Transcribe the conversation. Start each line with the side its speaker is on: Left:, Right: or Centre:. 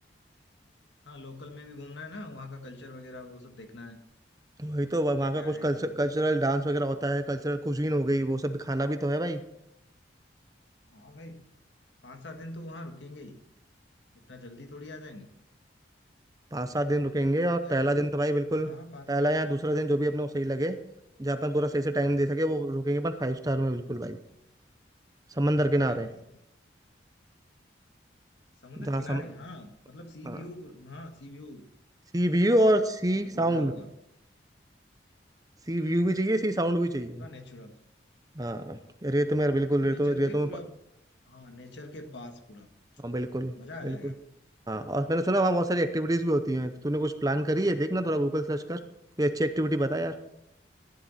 Left: हाँ लोकल में भी घूमना है ना वहाँ का कल्चर वगैरह वो सब देखना है
Right: तो वही तो वह-
Left: क्या
Right: वहाँ का
Left: क्या
Right: कुछ
Left: है
Right: कल्चर
Left: सब
Right: कल्चरल डांस वगैरह होता है कल्चरल कुजीन हो गई वो सब भी खाना भी तो है भाई
Left: हाँ भाई पाँच सात दिन तो वहाँ रुकेंगे ही इतना जल्दी थोड़ी आ जाएंगे
Right: पाँच सात दिन रुकेंगे और
Left: क्या
Right: पहला
Left: कह रहा
Right: दिन तो भाई बिल्कुल
Left: है हाँ पाँच
Right: पहला
Left: सात दिन
Right: या दूसरा दिन जो भी अपने को सही लगे जहाँ अपन पूरा सही से टाइम दे सके वो रुकेंगे अपन फाइव स्टार में बिल्कुल भाई समंदर किनारे
Left: अरे भाई समुद्र
Right: जहाँ
Left: किनारे
Right: सम
Left: हाँ मतलब सी
Right: हाँ
Left: व्यू हाँ सी व्यू
Right: सी व्यू और सी
Left: पूरा दिख
Right: साउंड
Left: रहा होगा
Right: सी व्यू भी चाहिए सी
Left: हाँ
Right: साउंड भी चाहिए
Left: पूरा नेचुरल
Right: हाँ रेत में बिल्कुल
Left: हाँ
Right: रेतों
Left: नेचर
Right: में रेतों
Left: के
Right: में
Left: पूरा
Right: प-
Left: हाँ नेचर के पास पूरा
Right: हाँ बिल्कुल
Left: मजा आ
Right: बिल्कुल
Left: जाएगा
Right: हाँ और मैंने सुना वहाँ बहुत सारी एक्टिविटीज भी होती हैं तूने कुछ प्लान करी है देखना थोड़ा गूगल सर्च कर कोई अच्छी एक्टिविटी बता यार